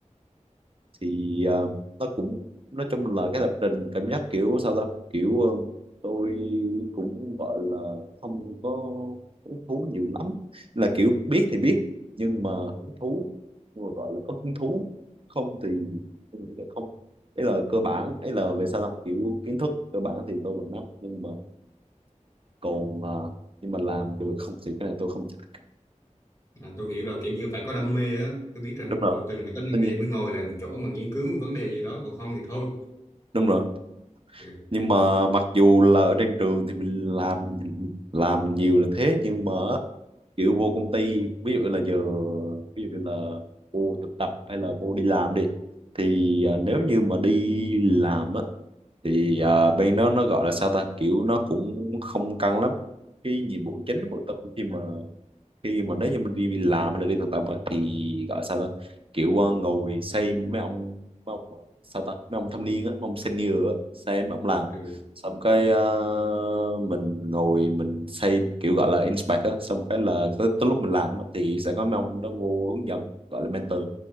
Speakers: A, on the right; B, on the left.
A: thì ờ, nó cũng nói chung là cái lập trình cảm giác kiểu sao ta kiểu ờ, tôi cũng gọi là không có hứng thú nhiều lắm là kiểu biết thì biết nhưng mà hứng thú nhưng mà gọi là có hứng thú không thì tôi nghĩ là không ấy là cơ bản ấy là về sao ta kiểu kiến thức cơ bản thì tôi vẫn nắm nhưng mà còn ờ, nhưng mà làm được không thì cái này tôi không chắc
B: à tôi hiểu rồi kiểu như phải có đam mê á tôi biết rồi
A: đúng rồi
B: một tình phải có đam
A: tất nhiên
B: mê mới ngồi lại một chỗ mà nghiên cứu một vấn đề gì đó còn không thì thôi
A: đúng rồi
B: ừ.
A: nhưng mà mặc dù là ở trên trường thì mình làm làm nhiều là thế nhưng mà kiểu vô công ty ví dụ là giờ ví dụ như là vô thực tập hay là vô đi làm đi thì
B: Ừ.
A: à, nếu như mà đi làm á thì à, bên đó nó gọi là sao ta kiểu nó cũng không căng lắm cái nhiệm vụ chính
B: Ừ.
A: của tụi khi mà khi mà nếu như mình đi làm hay là đi thực tập á, thì gọi sao ta kiểu ờ, ngồi xem mấy ông mấy ông ờ, sao ta mấy ông thâm niên á mấy ông senior á xem mấy ông làm
B: ừ.
A: xong cái ờ, mình ngồi mình xem kiểu gọi là inspect á xong cái là tới, tới lúc mình làm á, thì sẽ có mấy ông đó vô hướng dẫn gọi là mentor